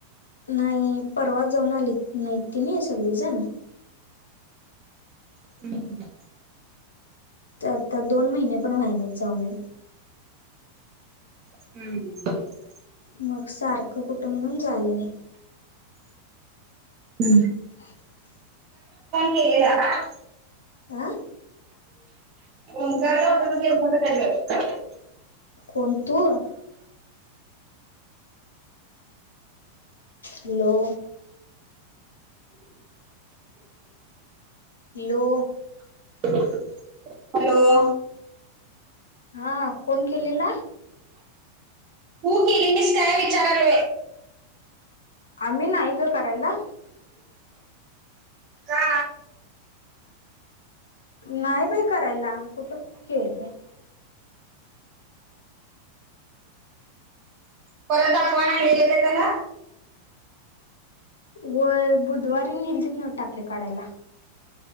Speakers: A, on the left; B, on the right.
A: नाही परवा जाऊन आलीत नाहीत त्यांनी सगळीजण.
B: <unintelligible>
A: ते आत्ता दोन महिने पण वहिनेत जाऊन येउन.
B: हम्
A: मग सारखं कुठं म्हणून जाय नाही.
B: हम्.
A: ह <unintelligible>
B: केले ना <unintelligible>
A: आं?
B: ओंकार न फोन <unintelligible>
A: कोण तु? हॅलो! Low
B: <unintelligible> hello!
A: हा कोण केलेला?
B: केली नाहीस काय विचारालय?
A: आम्ही नाही ग करायला.
B: का
A: नाही बाय करायला, कुठं केल्या.
B: परत दाखवाय नाही येते का त्याला?
A: होय बुधवारी नीलतीत नव्ह टाके काढायला.